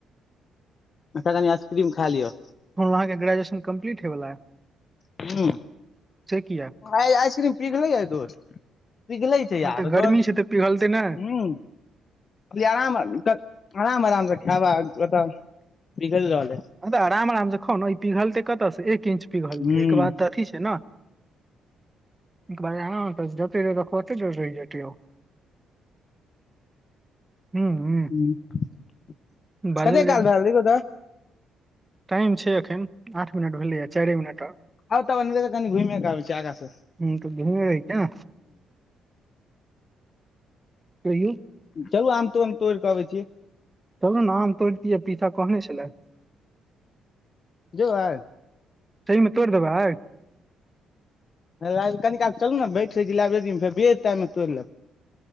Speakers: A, on the left; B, on the right.
A: अख नि आइसक्रीम खा लियअ
B: हाँ ग्रेजुएन कम्पलीटहोय बला आय
A: हँ
B: किया
A: आइसक्रीम पिघले ह धुर पिघले छै
B: हँ,
A: यारो
B: तऽ गर्मी
A: धुर
B: छै तऽ पिघलतै नहि
A: हू अ आराम आराम आराम से खायबा ओतऽ बिघैल रहल हइ
B: हऽ बैस आराम आराम से खौ ने ई पिघलतै कतऽसँ एक इंच पिघलतै
A: हूं
B: एक बाद तऽ अथी छै ने बाज आना त जते रहत त खते ज रहि जत ओ हुॅं हुॅं
A: <inaudible>
B: बाजल
A: कते
B: जाय
A: काल भए गेल
B: टाइम छै एखन आठ मिनट भेलैए चैरे मिनट आ
A: आ तब ओनहरे स कने घुइमे के आबै छै आगा स
B: हूँ तऽ घुमे रही क्या कहियौ
A: चलू आम तोम तोइड़ के अबै छि
B: चलू ने आम तोर तिये पिथा कहने छेला
A: जैबय
B: सही में तोइड़ देबै आय
A: आय यो भाईजी कनी काल चलू ने बैठै रहै छी लाइब्रेरी मे फेर बेर टैम मे तोइड़ लेब